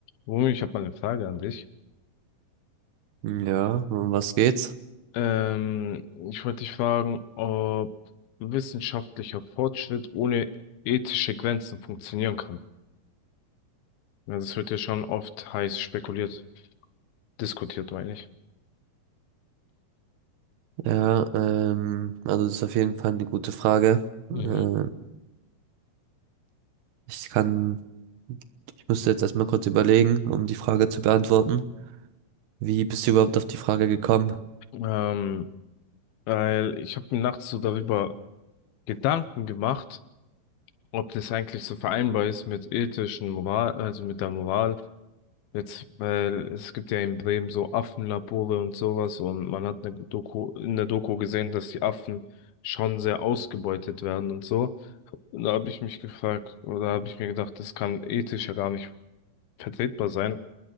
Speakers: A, on the left; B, on the right.
A: Rumi, ich habe mal eine Frage an dich.
B: Ja, um was geht's?
A: Ähm, ich wollte dich fragen, ob wissenschaftlicher Fortschritt ohne ethische Grenzen funktionieren kann. Also es wird ja schon oft heiß spekuliert, diskutiert, meine ich.
B: Ja, ähm, also das ist auf jeden Fall eine gute Frage. Äh,
A: Mhm.
B: ich kann, ich musste jetzt erstmal kurz überlegen, um die Frage zu beantworten. Wie bist du überhaupt auf die Frage gekommen?
A: Ähm, weil ich habe mir nachts so darüber Gedanken gemacht, ob das eigentlich so vereinbar ist mit ethischen Moral, also mit der Moral Jetzt, weil es gibt ja in Bremen so Affenlabore und sowas und man hat eine Doku, in der Doku gesehen, dass die Affen schon sehr ausgebeutet werden und so. Und da habe ich mich gefragt, oder habe ich mir gedacht, das kann ethisch ja gar nicht vertretbar sein,